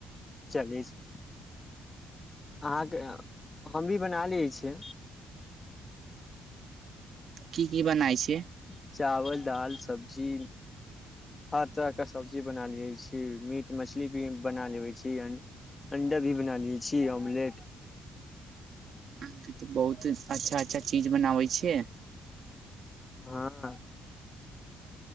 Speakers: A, on the left (about 25°); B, on the right (about 60°).
A: चली छी अहाँके हम भी बना लय छियै
B: की की बनाय छैय
A: <inaudible> चावल दाल सब्जी हर तरहके सब्जी बना लै छी मीट मछली भी बना लेै छी अण्डा भी बना लै छी ऑमलेट
B: अहाँके तऽ बहुत अच्छा अच्छा चीज बनाबै छियै
A: हँ